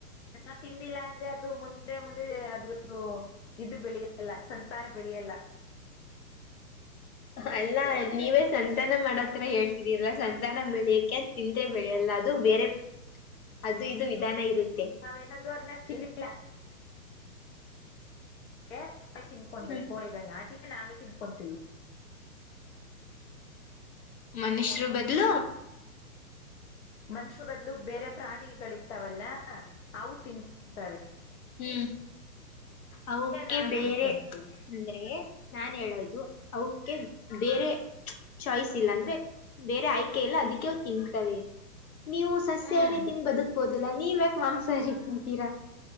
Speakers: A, on the left (about 45°); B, on the left (about 60°).
A: ನಾ ತಿಂದಿಲ್ಲ ಅಂದ್ರೆ ಅದು ಮುಂದೆ ಮುಂದೆ ಅದ್ರದ್ದು. ಇದು ಬೆಳೆಯಲ್ಲ ಸಂತಾನ ಬೆಳೆಯಲ್ಲ.
B: ಹ <inaudible> ಅಲ್ಲಾ ನೀವೇ ಸಂತಾನ ಮಾಡೋತ್ರ ಹೇಳ್ತಿದೀರಲ್ಲ ಸಂತಾನ ಬೆಳಿಯಕ್ಕೆ ತಿಂದ್ರೆ ಬೆಳೆಯಲ್ಲ ಅದು ಬೇರೆ ಅದು ಇದು ವಿಧಾನ ಇರುತ್ತೆ.
A: ನಾವ್ ಏನಾದ್ರು ಅರ್ನಕ್ ಲ ತಿಂದಿಲ್ಲ. ಹೇ ತಿನ್ಕೊಬೇಕು
B: ಹ್ಮ
A: ಕೋಳಿಗಳನ್ನ ನಾಟಿದು ನಾವೇ ತಿನ್ಕೊತೀವಿ.
B: ಮನುಷ್ಯರು ಬದಲು
A: ಮನುಷ್ಯ ಬದ್ಲು ಬೇರೆ ಪ್ರಾಣಿಗಳಿರ್ತಾವಲ್ಲ ಅವು ತಿನ್ಕ ತವೆ.
B: ಹ್ಮ್ ಅವಕ್ಕೆ
A: ನಾವೇ
B: ಬೇರೆ
A: ತಿನ್ಕೊಂತೀವಿ
B: ಅಂದ್ರೆ. ನಾನು ಹೇಳೋದು ಅವುಕ್ಕೆ ಬೇರೆ ಚಾಯ್ಸ್ ಇಲ್ಲ ಅಂದ್ರೆ ಬೇರೆ ಆಯ್ಕೆ ಇಲ್ಲ ಅದಕ್ಕೆ ತಿಂತವೆ. ನೀವು ಸಸ್ಯಹಾರೀ
A: ಹ್ಮ್
B: ತಿಂದು ಬದುಕ್ಬೋದಲ್ಲಾ ನೀವು ಯಾಕೆ ಮಾಂಸಾಹಾರೀ ತಿಂತೀರಾ.